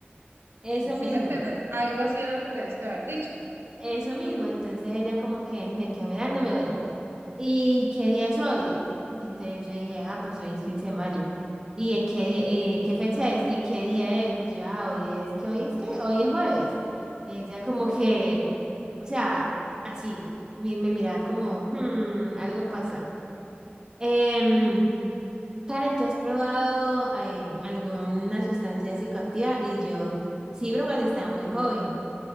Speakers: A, on the right (about 20°); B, on the right (about 85°).
A: eso
B: ¿sí
A: mismo,
B: me entiendes? Algo así era lo que tenías que haber dicho.
A: eso mismo. Entonces ella como que me quedó mirándome, bueno, ¿y qué día es hoy? Entonces yo dije, ah, pues hoy es 15 de mayo. ¿Y de qué día, eh, qué fecha es? ¿Y qué día es? Y yo, ah, hoy es, ¿qué hoy es qué? Hoy es jueves. Y ella como que, o sea, así, me, me miraba como, hmm, algo pasa. Em, Karen, ¿tú has probado eh, alguna sustancia psicoactiva? Y yo sí, pero cuando estaba muy joven.